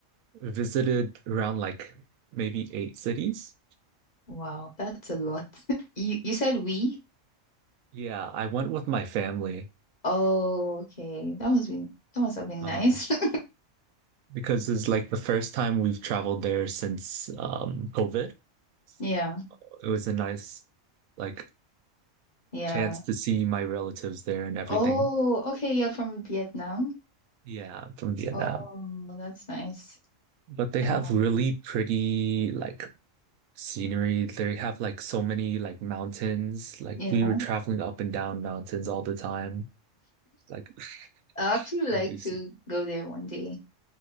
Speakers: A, on the right; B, on the left.
A: we visited around like maybe eight cities.
B: Wow, that's a lot. <laughs> You you said we?
A: Yeah, I went with my family.
B: Oh, okay. That must be that must have been
A: Um,
B: nice. <laughs>
A: because it's like the first time we've traveled there since um COVID. So
B: Yeah,
A: it was a nice like
B: yeah.
A: chance to see my relatives there and everything.
B: Oh, okay. You're from Vietnam.
A: Yeah, I'm from Vietnam.
B: Oh, that's nice.
A: But they have
B: Oh,
A: really pretty like scenery. They have like so many like mountains. Like
B: yeah.
A: we were traveling up and down mountains all the time. Like
B: I actually
A: <laughs> induced.
B: like to go there one day.